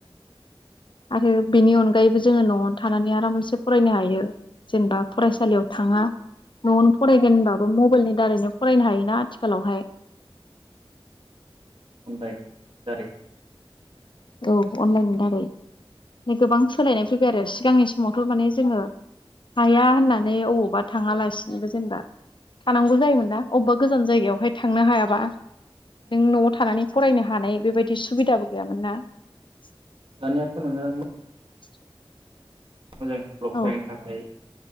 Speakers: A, on the left (about 60°); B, on the right (about 65°).
A: आरो बेनि अनगायैबो जोङो न'आवनो थानानै आरामसे फरायनो हायो, जेनेबा फरायसालियाव थाङा, न'आवनो फरायगोन होनबाबो मबाइलनि दारैनो फरायनो हायोना आथिखालावहाय,
B: जाय दारि,
A: औ अनलाइननि दारै गोबां सोलायनाय फैबाय आरो सिगांनि समावथ' माने जोङो, हाया होननानै अबावबा, थाङालासिनोबो जेनेबा थानांगौ जायोमोन ना अबेबा गोजान जायगायाव थांनो हायाब मा नों न'आव थानानै फरायनो हानाय बेबायदि, बिदि सुबिदाबो गैयामोन ना, <inaudible>
B: दानियाथ' नोङो
A: <inaudible>
B: मोजां स्कुलाव
A: औ
B: फरायनो थाखाय,